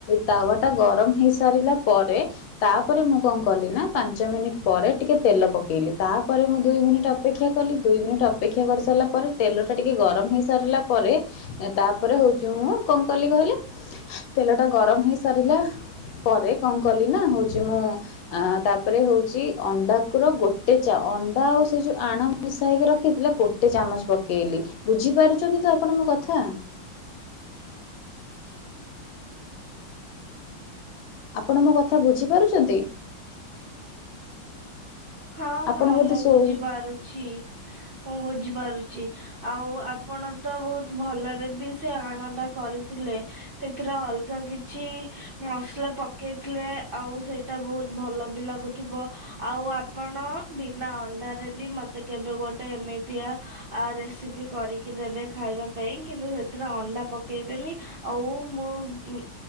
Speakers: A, on the left; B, on the right.
A: ତାୱା ଟା ଗରମ ହେଇସାରିଲା ପରେ ତାପରେ ମୁଁ କଣ କଲି ନା। ପାଞ୍ଚ ମିନିଟ୍ ପରେ ଟିକେ ତେଲ ପକେଇଲି ତାପରେ ମୁଁ ଦୁଇ ମିନିଟ୍ ଅପେକ୍ଷା କଲି ଦୁଇ ମିନିଟ୍ ଅପେକ୍ଷା କ ପ ସାରିଲା ପରେ ତେଲ ଟା ଟିକେ ଗରମ ହେଇ ସାରିଲା ପରେ ତାପରେ ହଉଛି ମୁଁ କଣ କଲି କହିଲେ। ତେଲ ଟା ଗରମ ହେଇ ସାରିଲା। ପରେ କଣ କଲି ନା ହଉଛି ମୁଁ ଅ ତାପରେ ହଉଛି ଅଣ୍ଡାକୁ ର ଗୋଟେ ଚାଉଳ ଅଣ୍ଡା ଆଉ ସେ ଯୋଉ ଆଣ ମିଶାଇକି ରଖିଥିଲା ଗୋଟେ ଚାମଚ ପକେଇଲି ବୁଝିପାରୁଛନ୍ତି ତ ଆପଣ କଥା?
B: <inaudible>
A: ଆପଣ ମୋ କଥା ବୁଝିପାରୁଛନ୍ତି?
B: ହଁ
A: ଆପଣ
B: ହଁ
A: ବୋଧେ
B: ମୁଁ
A: ଶୋଉ
B: ବୁଝିପାରୁଛି ମୁଁ ବୁଝିପାରୁଛି। ଆଉ ଆପଣ ତ ବହୁତ ଭଲରେ ବି ସେ ଆଣନ୍ଦା କରିଥିଲେ ସେଥିର ଅଲଗା କିଛି ମସଲା ପକେଇଥିଲେ ଆଉ ସେଇଟା ବହୁତ ଭଲ ବି ଲାଗୁଥିବ। ଆଉ ଆପଣ ବିନା ଅଣ୍ଡାରେ ବି ମତେ କେବେ ଗୋଟେ ଏମିତିଆ ରେସିପି କରିକି ଦେବେ ଖାଇବା ପାଇଁ କିନ୍ତୁ ସେଥିରେ ଅଣ୍ଡା ପକେଇବେନି ଆଉ ମୁଁ